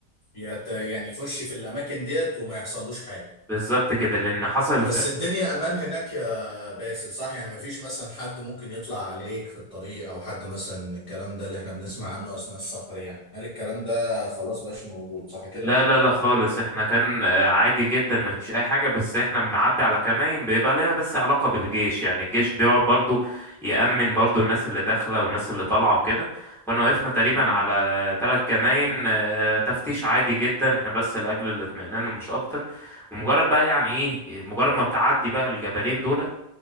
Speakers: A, on the left; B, in the centre.
A: يت... يعني يخش في الاماكن ديت وما يحصلوش حاجه
B: بالظبط كده لان حصل
A: بس الدنيا امان هناك يا باسل صح يعني مفيش مثلا حد ممكن يطلع عليك في الطريق او حد مثلا الكلام ده اللي احنا بنسمع عنه اثناء السفر يعني هل الكلام ده خلاص بقاش موجود صح كده
B: لا لا لا خالص احنا كان آه، عادي جدا ما فيش اي حاجة بس احنا بنعدي على كمائن بيبقى ليها بس علاقة بالجيش يعني الجيش بيقعد برضو يأمن برضو الناس اللي داخلة والناس اللي طالعة وكده كنا وقفنا تقريبا
A: مم.
B: على ثلاث كمائن آه، تفتيش عادي جدا احنا بس لأجل الاطمئنان ومش اكتر ومجرد بقى يعني ايه مجرد ما بتعدي بقى الجبلين دول